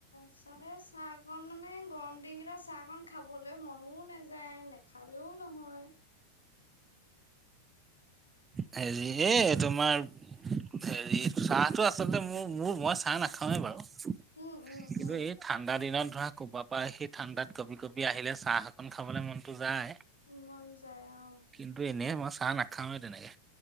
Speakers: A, on the left (about 75°); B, on the right (about 20°).
A: চবৰ চাহকন মানে গৰম দিনকেইটা চাহ কন খাবলৈ মনও নাযায় নেখালেও নহয়
B: হেৰি এই তোমাৰ হেৰি চাহটো আচলতে মোৰ মোৰ মই চাহ নাখাওৱে বাৰু
A: উম উম
B: কিন্তু
A: উম
B: এই ঠাণ্ডা দিনত ধৰা কবাত আহি ঠাণ্ডাত কঁপি কঁপি আহিলে চাহ অকন খাবলৈ মনতো যায়
A: মন যায় অ
B: কিন্তু এনেই মই চাহ নাখাওঁৱে তেনেকে